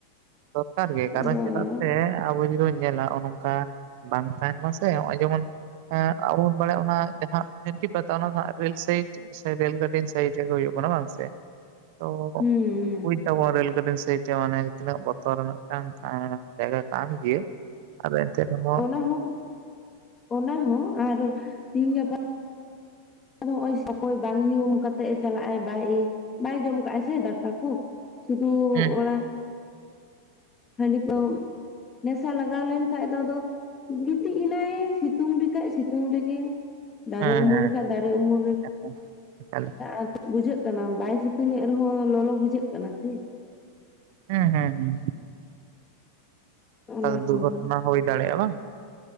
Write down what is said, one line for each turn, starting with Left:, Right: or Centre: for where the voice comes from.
Right: ᱫᱚᱨᱠᱟᱨ ᱜᱮ ᱠᱟᱨᱚᱱ
Left: ᱟᱫᱚ
Right: ᱪᱮᱫᱟᱜ
Left: ᱚᱱᱟ ᱫᱚ
Right: ᱥᱮ ᱟᱵᱚ ᱡᱩᱫᱤ ᱵᱚᱱ ᱧᱮᱞᱟ ᱱᱚᱜ ᱱᱚᱝᱠᱟ ᱵᱟᱝ ᱛᱟᱦᱮᱱ ᱢᱟᱥᱮ ᱱᱚᱜᱼᱚᱭ ᱡᱮᱢᱚᱱ ᱟᱵᱚ ᱵᱚᱱ ᱵᱟᱲᱟᱭᱟ ᱚᱱᱟ ᱡᱟᱦᱟᱸ ᱡᱷᱟᱱᱹᱴᱤ ᱯᱟᱛᱟ ᱚᱱᱟ ᱫᱚ ᱦᱟᱜ ᱨᱮᱹᱞ ᱥᱟᱭᱤᱰ ᱥᱮ ᱨᱮᱞ ᱜᱟᱹᱰᱤ ᱥᱟᱭᱤᱰ ᱨᱮᱜᱮ ᱦᱩᱭᱩᱜ ᱠᱟᱱᱟ ᱵᱟᱝ ᱥᱮ ᱛᱚ
Left: ᱦᱩᱸ
Right: ᱵᱩᱡᱽ ᱮᱫᱟ ᱵᱚᱱ ᱨᱮᱹᱞ ᱜᱟᱹᱰᱤ ᱥᱟᱭᱤᱰ ᱢᱟᱱᱮ ᱛᱤᱱᱟᱹᱜ ᱵᱚᱛᱚᱨ ᱟᱱᱟᱜ ᱢᱤᱫᱴᱟᱝ ᱡᱟᱭᱜᱟ ᱠᱟᱱ ᱜᱮᱭᱟ ᱟᱫᱚ ᱮᱱᱛᱮ ᱨᱮᱦᱚᱸ
Left: ᱚᱱᱟ ᱦᱚᱸ ᱚᱱᱟ ᱦᱚᱸ ᱟᱨ ᱛᱤᱦᱤᱧ ᱜᱟᱯᱟ ᱟᱫᱚ ᱦᱚᱸᱜᱼᱚᱭ ᱚᱠᱚᱭ ᱵᱟᱝ ᱧᱩᱢ ᱠᱟᱛᱮ ᱮ ᱪᱟᱞᱟᱜᱼ ᱟᱭ ᱵᱟᱭ <unintelligible> ᱵᱟᱭ ᱡᱚᱢ ᱠᱟᱜᱟᱭ ᱥᱮ ᱫᱟᱠᱟ ᱠᱚ ᱥᱩᱫᱩ
Right: ᱦᱮᱸ
Left: ᱚᱱᱟ ᱦᱟᱸᱰᱤ ᱯᱟᱹᱣ ᱱᱮᱥᱟ ᱞᱟᱜᱟᱣ ᱞᱮᱱᱠᱟᱷᱡ ᱫᱚ ᱟᱫᱚ ᱜᱤᱛᱤᱡ ᱮᱱᱟᱭ ᱮ ᱥᱤᱛᱩᱝ ᱨᱮ ᱠᱷᱟᱡ ᱥᱤᱛᱩᱝ ᱨᱮᱜᱮ ᱫᱟᱨᱮ
Right: ᱦᱮᱸ
Left: ᱩᱢᱩᱞ
Right: ᱦᱮᱸ
Left: ᱨᱮ ᱠᱷᱟᱡ ᱫᱟᱨᱮ ᱩᱢᱩᱞ ᱨᱮ
Right: ᱮᱠᱟᱞ ᱮᱠᱟᱞ
Left: ᱟᱫᱚ ᱵᱩᱡᱷᱟᱹᱜ ᱠᱟᱱᱟ ᱵᱟᱭ ᱥᱤᱛᱩᱝ ᱮᱫ ᱨᱮᱦᱚ ᱞᱚᱞᱚ ᱵᱩᱡᱷᱟᱹᱜ ᱠᱟᱱᱟ ᱥᱮ
Right: ᱦᱮᱸ ᱦᱮᱸ ᱦᱮᱸ
Left: ᱚᱱᱟ
Right: ᱟᱫᱚ ᱫᱩᱨᱜᱷᱚᱴᱚᱱᱟ
Left: ᱠᱚᱦᱚᱸ
Right: ᱦᱩᱭ ᱫᱟᱲᱮᱭᱟᱜᱼᱟ ᱵᱟᱝ